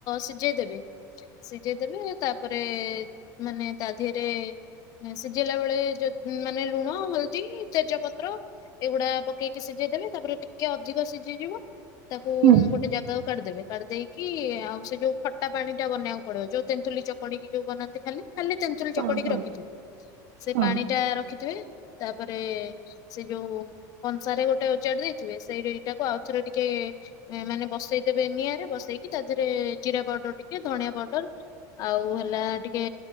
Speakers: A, on the left; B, on the right.
A: ସିଝେଇ ଦେବେ ସିଝେଇ ଦେବେ ତାପରେ ମାନେ ତା ଦିହରେ ଉଁ ସିଝେଇଲା ବେଳେ ଯ ମାନେ ଲୁଣ ହଳଦୀ ତେଜ ପତ୍ର ଏଗୁଡା ପକେଇକି ସିଝେଇଦେବେ ତାପରେ ଟିକେ ଅଧିକ ସିଜିଯିବ ତାକୁ
B: ହୁଁ
A: ଗୋଟେ ଜା ଗାକୁ କାଢିଦେବେ କାଢିଦେଇିକି ଆଉ ସେ ଯୋଉ ଖଟା ପାଣି ଟା ବନେଇବାକୁ ପଡିବ ଯୋଉ ତେନ୍ତୁଲି ଚ କଡିକି ଯୋଉ ବନାନ୍ତି ଖାଲି ଖାଲି ତେନ୍ତୁଳି
B: ହଁ
A: ଚକଡିକି
B: ହଁ
A: ରଖିଥିବେ ସେ
B: ହଁ
A: ପାଣି ଟା ରଖିଥିବେ ତାପରେ ସେ ଯୋଉ କଂସାରେ ଗୋଟେ ଓଜାଡି ଦେଇଥିବେ ସେଇଡି ଟାକୁ ଆଉଥରେ ଟିକେ ଏ ମାନେ ବସେଇଦେବେ ନିଆଁରେ ବସେଇକି ତା ଦେହରେ ଜିରା ପାଉଡର୍ ଟିକେ ଧଣିଆ ପାଉଡର୍ ଆଉ ହେଲା ଟିକେ